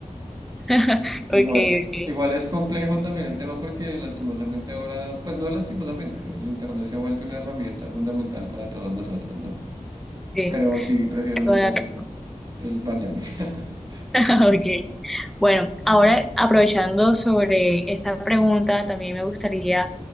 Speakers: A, in the centre; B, on the right (about 30°).
A: <laughs>
B: Igual,
A: Ok, ok,
B: igual es complejo también el tema porque lastimosamente ahora, pues no lastimosamente, el internet se ha vuelto una herramienta fundamental para todos nosotros, ¿no?
A: sí,
B: Pero sí, prefiero mil
A: toda
B: veces
A: la razón.
B: el bañarme. <laughs>
A: <laughs>
B: Sí,
A: Ok, bueno, ahora aprovechando sobre esa pregunta, también me gustaría